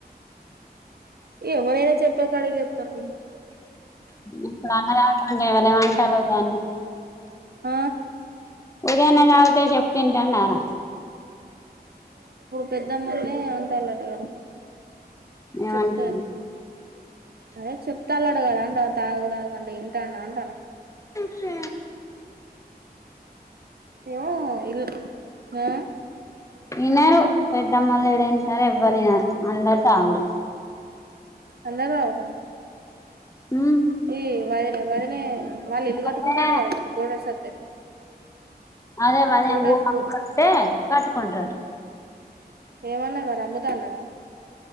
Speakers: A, on the right; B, on the left.
A: ఎవరైనా చెప్పాక్కడి చె తర్
B: ఇప్పున్న రావకుంటే ఎవర ఏమ అంటలో దాన్ని
A: ఆ
B: ఉదేనే కావతే చెప్ప పింటండార
A: పెద్దమ్మరిని ఉంటాయిలట కదా
B: ఏమనుకు
A: చెప్తే అదే చెప్తలట కదా అంటంది తాగు తాగంటే ఇంటండా అని చలా
B: సే
A: ఏవో ఇ ఆ
B: ఇనారు పెద్దమ్మొల్లూ ఎడ ఇంటరూ ఎవ్వలూ ఇనరూ అందరు తాగుడే
A: అందర తాగిళ్ల
B: ఉ
A: ఈ వదినే వదినే వాళ్ళ ఇల్లు కట్టుకుంటారటకదా
B: అదే
A: ఇప్పుడు కోడ్ఓస్ట్
B: అదేఅదే
A: కోటర్స్
B: ఊ కత్తే కట్టుకుంటరటా
A: ఏమన్నా మరి అమ్ముతా అన్నదా